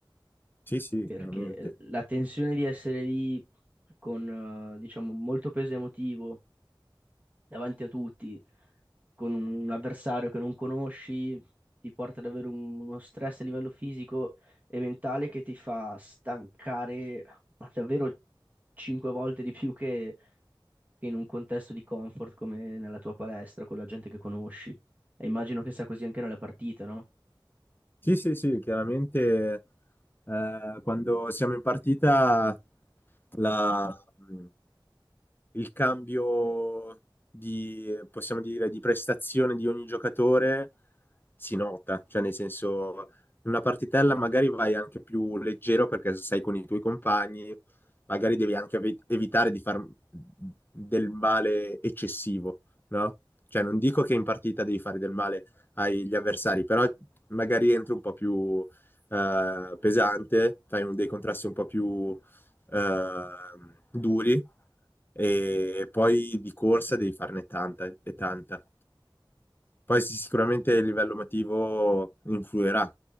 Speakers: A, on the left (about 25°); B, on the right (about 20°).
A: Sì, sì,
B: perché
A: chiaramente.
B: ehm, la tensione di essere lì con, eh, diciamo, molto peso emotivo davanti a tutti, con un avversario che non conosci, ti porta ad avere un- uno stress a livello fisico e mentale che ti fa stancare ma davvero cinque volte di più che, che in un contesto di comfort come nella tua palestra, con la gente che conosci. E immagino che sia così anche nella partita, no?
A: Sì, sì, sì, chiaramente eh, quando siamo in partita la, mm, il cambio di, possiamo dire, di prestazione di ogni giocatore si nota, cioè nel senso in una partitella magari vai anche più leggero perché sei con i tuoi compagni, magari devi anche evi- evitare di far del male eccessivo, no? Cioè non dico che in partita devi fare del male agli avversari, però magari entri un po' più eh, pesante, fai un- dei contrasti un po' più ehm, duri e poi di corsa devi farne tanta e tanta. Poi sì, sicuramente il livello emotivo influirà,